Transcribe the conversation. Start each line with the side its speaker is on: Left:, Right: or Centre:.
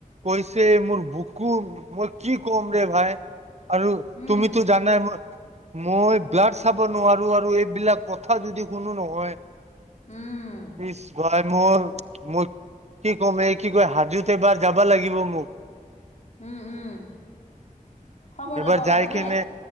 Right: কৈছে মোৰ বুকু, মই কি কম ৰে ভাই? আৰু
Left: উম,
Right: তুমিতো জানাই মই মই ব্লাড চাব নোৱাৰো। আৰু এইবিলাক কথা যদি কোনো নহয়
Left: উম,
Right: ইচ ভাই মোৰ মোৰ কি ক'ম এই কি কয় হাজোত এবাৰ যাবা লাগিব মোক
Left: উম, উম, খবৰ
Right: এবাৰ
Left: ল'ব
Right: যাই
Left: কাৰনে?
Right: কিনে